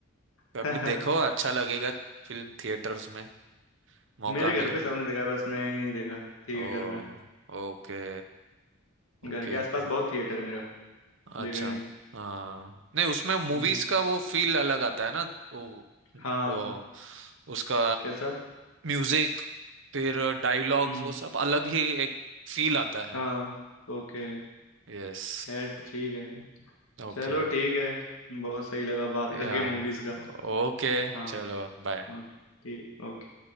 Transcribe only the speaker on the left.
<laughs>
मेरे
घर पे सबने देखा है, बस मैं ही नहीं देखा थिएटर
में
घर के आसपास
बहुत थिएटर है मेरा
देखा ही नहीं
हम्म
हाँ
कैसा
हम्म
हाँ ओके
खैर ठीक है
चलो ठीक है बहुत सही लगा बात करके
मूवीज का
हाँ
ओके ठीक ओके